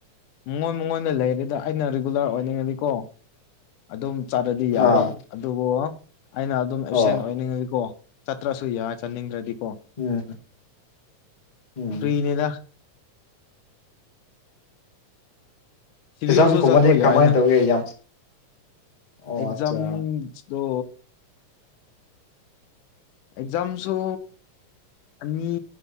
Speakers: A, on the left; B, on the left.
A: ꯃꯉꯣꯟ ꯃꯉꯣꯟꯗ ꯂꯩꯔꯦꯗ ꯑꯩꯅ ꯔꯤꯒꯨꯂꯔ ꯑꯣꯏꯅꯤꯡꯉꯗꯤꯀꯣ ꯑꯗꯨꯝ ꯆꯥꯔꯗꯤ ꯌꯥꯕ
B: ꯑꯥ
A: ꯑꯗꯨꯕꯨ ꯑꯩꯅ ꯑꯗꯨꯝ ꯑꯦꯞꯁꯦꯟ
B: ꯑꯣ
A: ꯑꯣꯏꯅꯤꯡꯉꯒꯤꯀꯣ ꯆꯠꯇ꯭ꯔꯁꯨ ꯌꯥꯏ ꯆꯠꯅꯤꯡꯗ꯭ꯔꯗꯤꯀꯣ
B: ꯎꯝ ꯎꯝ
A: ꯄꯔꯤꯅꯦꯗ ꯁꯤꯚꯤꯜꯁꯨ
B: ꯐꯖꯝ ꯀꯨꯝꯃꯗꯤ
A: ꯆꯠꯄ ꯌꯥꯏꯅ
B: ꯀꯃꯥꯏꯅ ꯇꯧꯒꯦ ꯌꯥꯝ ꯑꯣ
A: ꯑꯦꯛꯖꯝꯗꯣ
B: ꯑꯠꯆꯥ
A: ꯑꯦꯛꯖꯥꯝꯁꯨ ꯑꯅꯤ